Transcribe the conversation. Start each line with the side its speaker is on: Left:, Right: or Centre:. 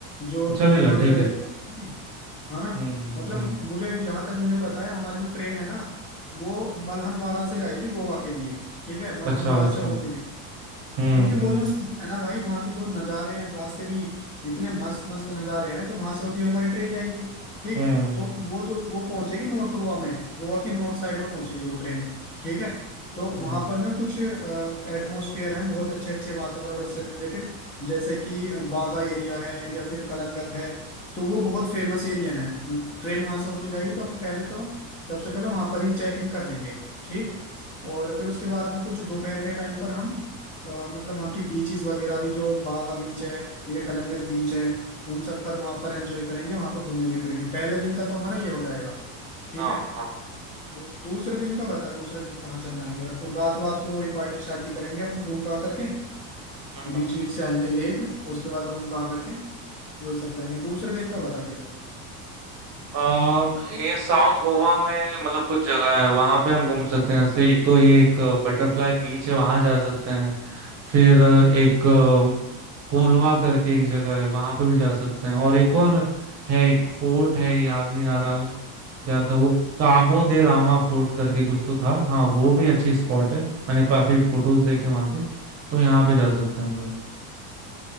Left: जो
Right: तो चलेगा
Left: बुकिंग वगैरह
Right: ठीक
Left: रहेगी
Right: है
Left: हाँ ना
Right: हम्म
Left: मतलब
Right: हम्म
Left: मुझे जहां तक मुझे पता है हमारी जो ट्रेन है ना वो मलहनवाड़ा से जाएगी गोवा के लिए ठीक है मलहनवाड़ा
Right: अच्छा अच्छा
Left: से होती हुई
Right: हम्म
Left: क्योंकि वो
Right: हम्म
Left: जो सीन है ना भाई वहाँ के जो नज़ारे हैं रास्ते में ही इतने मस्त मस्त नज़ारे हैं तो वहां से होती हुई हमारी ट्रेन जाएगी ठीक
Right: हम्म
Left: तो वो जो वो पहुंचेगी नॉर्थ गोवा में गोवा की नॉर्थ साइड में पहुंचेगी वो ट्रेन ठीक है तो वहां
Right: हम्म
Left: पर ना कुछ एटमॉस्फेयर हैं बहुत अच्छे अच्छे वातावरण से रिलेटेड जैसे कि अ, बागा एरिया है या फिर कलंगत है तो वो बहुत फेमस एरिया है ट्रेन वहां से होती जाएगी तो हम पहले तो सबसे पहले वहां पर ही चेक इन कर लेंगे ठीक और फिर उसके बाद में कुछ दोपहर के टाइम पर हम अ, मतलब वहाँ की बीचेस वगैरह भी जो बागा बीच है ये कलंगत बीच है उन सब पर वहाँ पर एंजॉय करेंगे वहाँ पर घूमेंगे फिरेंगे पहले दिन का तो हमारा ये हो जाएगा ठीक
Right: हाँ
Left: है दू-
Right: हाँ
Left: दूसरे दिन का बता दूसरे दिन कहाँ चलना है फिर और रात वात को वही पार्टी शार्टी करेंगे अपन रूम पे आकर के
Right: हम्म।
Left: बीच बीच से आएंगे लेट उसके बाद रूम पे आकर के वही सब करेंगे दूसरे दिन का बता फिर
Right: अ, ये साउथ गोवा में मतलब कुछ जगह है वहां पे हम घूम सकते हैं जैसे एक तो ये एक बटरफ्लाई बीच है वहां जा सकते हैं फिर अ, एक अ, कोलवा करके एक जगह है वहां पे भी जा सकते हैं और एक और है एक फोर्ट है याद नहीं आ रहा क्या था वो काबो दे रामा फोर्ट करके कुछ तो था हाँ वो भी अच्छी स्पॉट है मैंने काफी फोटोज देखे वहां के तो यहाँ पे जा सकते हैं हम लोग